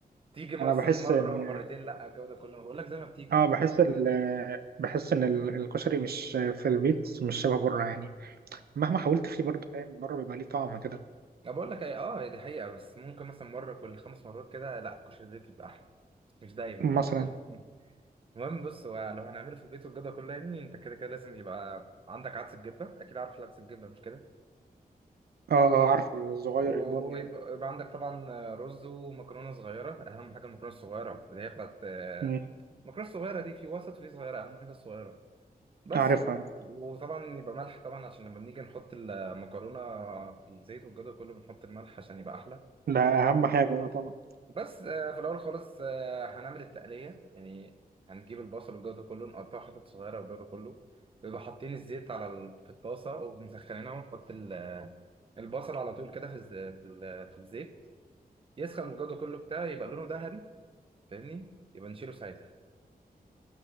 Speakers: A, on the right (about 35°); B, on the right (about 80°).
A: تيجي مثلا
B: انا بحس
A: مره
B: ان
A: ومرتين لا الجوده كله بقول لك زي ما بتيجي
B: اه
A: يعني
B: بحس ال... بحس ان ال- الكشري مش في البيت مش شبه بره يعني مهما حاولت فيه برضه فاهم بره بيبقى ليه طعم كده
A: انا بقول لك ايه اه هي دي حقيقه بس ممكن مثلا مره كل خمس مرات كده لا كشري البيت بيبقى احلى مش دايما
B: مثلا
A: يعني فاهمني <laughs> المهم بص هو لو هنعمله في البيت والجدول كله يعني انت كده كده لازم يبقى عندك عدس بجبه اكيد عارف العدس بجبه مش كده
B: اه اه عارف الصغير
A: ويبقى
B: البني ده
A: يبقى عندك طبعا رز ومكرونه صغيره اهم حاجه المكرونه الصغيره اللي هي بتاعت
B: مم.
A: المكرونه الصغيره دي في وسط وفي صغيره اهم حاجه الصغيره بس
B: عارف
A: و-
B: عارف
A: وطبعا يبقى ملح طبعا عشان لما بنيجي نحط المكرونه في الزيت والجو ده كله بنحط الملح عشان يبقى احلى
B: ده اهم حاجه اه طبعا
A: بس آه، في الاول خالص آه، هنعمل التقليه يعني هنجيب البصل والجو ده كله نقطعه حتت صغيره والجو ده كله بيبقى حاطين الزيت على ال- في الطاسه ومسخنينها ونحط ال- البصل على طول كده في الز- في ال- في الزيت يسخن والجو ده كله بتاع يبقى لونه ذهبي فاهمني يبقى نشيله ساعتها